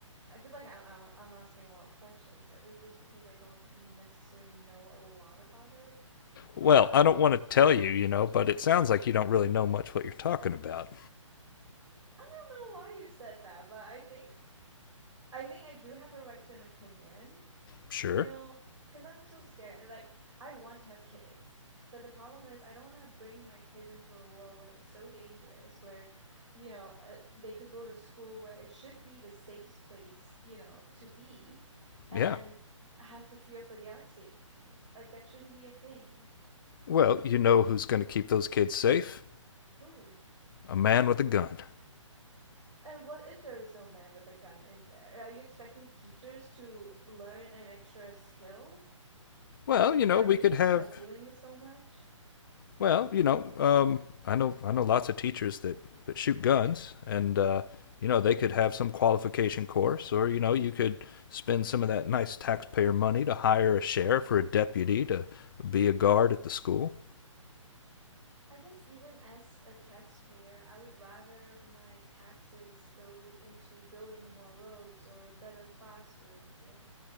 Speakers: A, on the right (about 70°); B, on the left (about 40°).
A: I feel like I'm I'm I'm asking a lot of questions, but it's just because I don't necessarily know a lot about it. But
B: Well,
A: I
B: I don't want to tell you, you know, but it sounds like you don't really know much what you're talking about.
A: I don't know why you said that, but I think I think I do have the right to an opinion.
B: Sure.
A: you know, because I'm so scared. Like, I want to have kids, but the problem is, I don't want to bring my kids into a world where it's so dangerous, where, you know, uh, they could go to school where it should be the safest place, you know, to be and
B: Yeah.
A: have to fear for their safety. Like, that shouldn't be a thing.
B: Well, you know who's going to keep those kids safe?
A: Who?
B: A man with a gun.
A: And what if there is no man with a gun in there? Are you expecting teachers to learn an extra skill
B: Well,
A: when
B: you
A: they're
B: know, we
A: already
B: could have
A: uh, dealing with so much?
B: Well, you know, um, I know I know lots of teachers that that shoot guns, and uh, you know they could have some qualification course, or you know you could spend some of that nice taxpayer money to hire a sheriff or a deputy to be a guard at the school.
A: I guess even as a taxpayer, I would rather my taxes go into building more roads or better classrooms and,